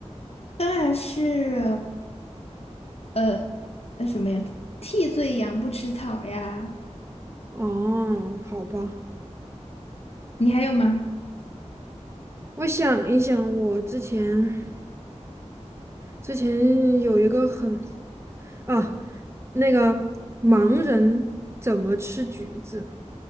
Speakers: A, on the left; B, on the right.
A: 当然是呃呃什么呀？替罪羊不吃草呀。
B: 哦，好吧。
A: 你还有吗？
B: 我想一想，我之前之前有一个很啊，那个盲人怎么吃橘子？